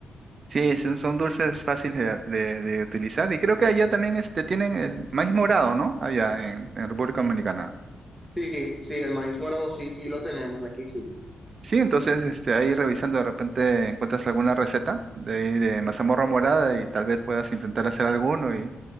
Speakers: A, on the right; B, in the centre.
A: Sí, son, son dulces fáciles de, de- de utilizar y creo que allá también este, tienen el maíz morado, ¿no? Allá en, en República Dominicana.
B: Sí, sí, el maíz morado sí, sí lo tenemos aquí, sí.
A: Sí, entonces este, ahí revisando de repente encuentras alguna receta de ahí de mazamorra morada y tal vez puedas intentar hacer alguno y,